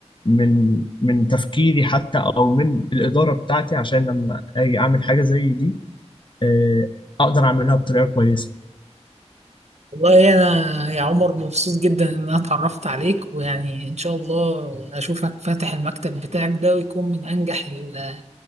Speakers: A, on the left; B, on the right.
A: من من تفكيري حتى او من الاداره بتاعتي عشان لما اجي اعمل حاجه زي دي آه، اقدر اعملها بطريقه كويسه
B: والله أنا يا عمر مبسوط جدا إن أنا اتعرفت عليك ويعني إن شاء الله أشوفك فاتح المكتب بتاعك ده ويكون من أنجح ال-